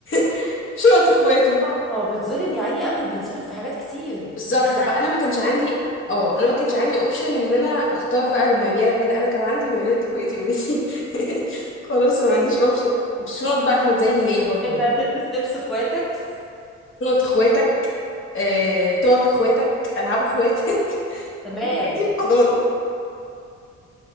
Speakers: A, on the left; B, in the centre.
A: <laughs> شنط اخواته
B: اه بيتظلم يا عيني قوي بيتظلم في حاجات كتير
A: بالظبط
B: <laughs>
A: فانا ما كانش عندي اه انا ما كانش عندي اوبشن ان انا اختار بقى المريالة وكده انا كان عندي مريالة اخواتي وبنتي <laughs> خلاص ما عنديش اوبشن الشنط بقى كانت زي ما هي برضه
B: انت هتلبس لبس اخواتك
A: شنط اخواتك آه، توك اخواتك العاب اخواتك <laughs>
B: تمام
A: دي حياتي في حضانه